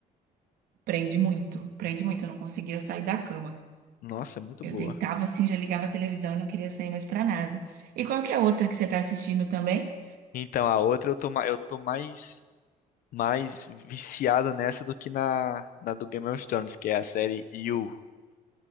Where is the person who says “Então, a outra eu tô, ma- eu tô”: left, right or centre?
Left